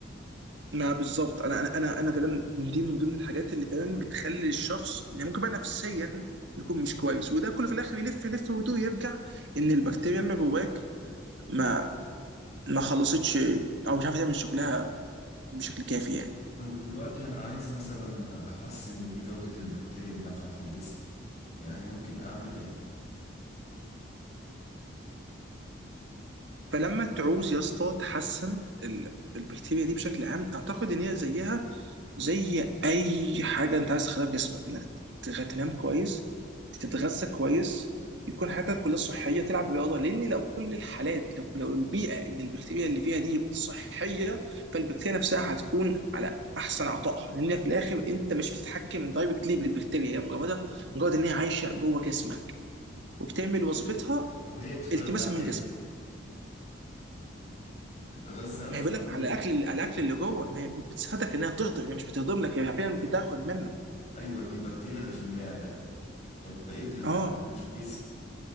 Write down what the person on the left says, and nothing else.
طيب دلوقتي انا عايز مثلا احسن من جوده البكتيريا النافعه في الجسم يعني ممكن اعمل ايه
طب هي بتتغذى
على
ايه
بتتغذى
في
ايه
ايوه دي البكتيريا اللي في المعده طب بقيه البكتيريا
اللي في الجسم